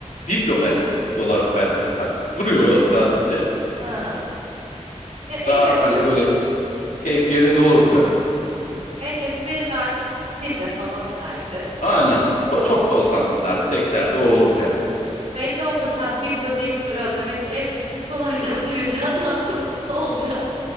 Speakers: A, on the left; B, on the right.
A: biblo bence biblolar bence. Hani duruyor sadece.
B: Ha. E, en
A: Daha
B: kötü
A: hani böyle keyfi yerinde olurdu bence.
B: en kötü benim artık bir sil be falan derdi.
A: Aynen. To- çok tozlandım derdi. Tek derdi o olurdu yani.
B: Belli oldu sen biblo deyip duruyorsun. Demek ki evdeki biblolardan <laughs> biri canlansa mutlu olacaksın.